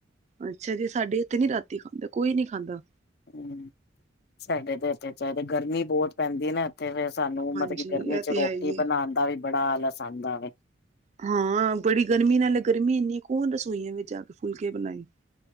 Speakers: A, on the right (about 35°); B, on the left (about 55°).
A: ਅੱਛਾ ਜੀ, ਸਾਡੇ ਇੱਥੇ ਨੀ ਰਾਤੀ ਖਾਂਦੇ, ਕੋਈ ਨੀ ਖਾਂਦਾ।
B: ਹੂੰ, ਸਾਡੇ ਤੇ ਇਥੇ ਚਾਹੀਦੇ, ਗਰਮੀ ਬਹੁਤ ਪੈਂਦੀ ਨਾ। ਤੇ ਫੇਰ, ਸਾਨੂੰ
A: ਹਾਂਜੀ
B: ਮਤਲਬ ਕਿ ਗਰਮੀ
A: ਇਹ
B: ਚ
A: ਤੇ
B: ਰੋਟੀ
A: ਹੈ ਹੀ
B: ਬਣਾਣ
A: ਹੈ
B: ਦਾ ਵੀ ਬੜਾ ਆਲਸ ਆਦਾ ਵੇ।
A: ਹਾਂ ਬੜੀ ਗਰਮੀ, ਨਾਲੇ ਗਰਮੀ ਇੰਨੀ ਕੌਣ ਰਸੋਈਆਂ ਵਿੱਚ ਜਾ ਕੇ, ਫੁਲਕੇ ਬਣਾਈ,